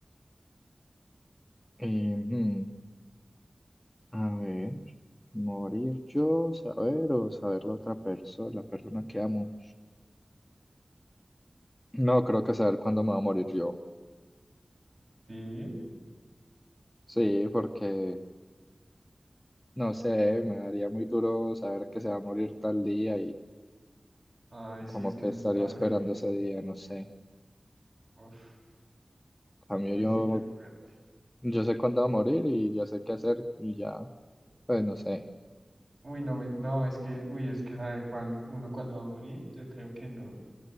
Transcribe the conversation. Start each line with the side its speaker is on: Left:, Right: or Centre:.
Left: y, hmm, a ver, morir yo, saber o saber la otra persona, la persona que amo. No, creo que saber cuándo me va a morir yo.
Right: Sí.
Left: Sí, porque no sé, me daría muy duro saber que se va a morir tal día y
Right: Ay, sí,
Left: como
Right: es que
Left: que
Right: eso
Left: estaría
Right: está horrible.
Left: esperando ese día, no sé. En
Right: Uf,
Left: cambio
Right: uy,
Left: yo,
Right: sí, qué fuerte.
Left: yo sé cuándo va a morir y ya sé qué hacer y ya, pues no sé.
Right: Uy, no, me- no, es que, uy, es que saber cuán, uno cuándo va a morir, yo creo que no.